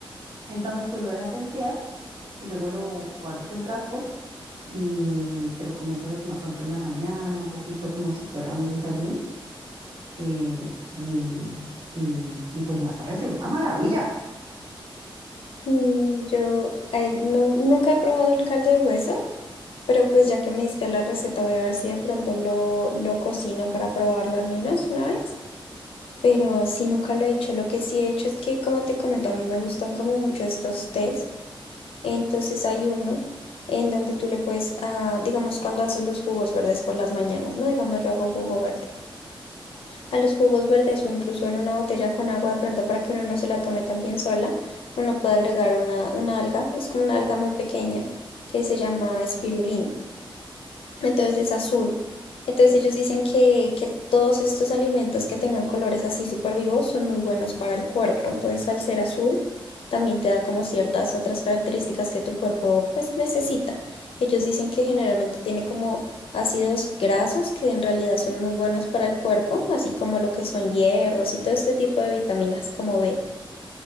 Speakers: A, on the right; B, on the left.
A: Entonces tú lo dejas enfriar y luego lo guardas en frascos y te lo comienzas a tomar, por ejemplo, en la mañana, un poquito como si fuera un desayuno. eh, y, y, y pues me ha parecido una maravilla.
B: No, yo eh, no, nunca he probado el caldo de hueso, pero pues ya que me diste la receta, voy a ver si de pronto lo, lo cocino para probarlo al menos una vez. Pero si nunca lo he hecho, lo que sí he hecho es que, como te comento, a mí me gustan como mucho estos tés. Entonces hay uno en donde tú le puedes, ah, digamos, cuando haces los jugos verdes por las mañanas, ¿no? Digamos, yo hago jugo verde. A los jugos verdes o incluso en una botella con agua de pronto para que uno no se la tome tan bien sola, uno puede agregar una, una alga, es como una alga muy pequeña que se llama espirulina entonces es azul. Entonces ellos dicen que, que todos estos alimentos que tengan colores así súper vivos son muy buenos para el cuerpo. Entonces al ser azul también te da como ciertas otras características que tu cuerpo pues necesita. Ellos dicen que generalmente tiene como ácidos grasos que en realidad son muy buenos para el cuerpo, así como lo que son hierros y todo este tipo de vitaminas como B.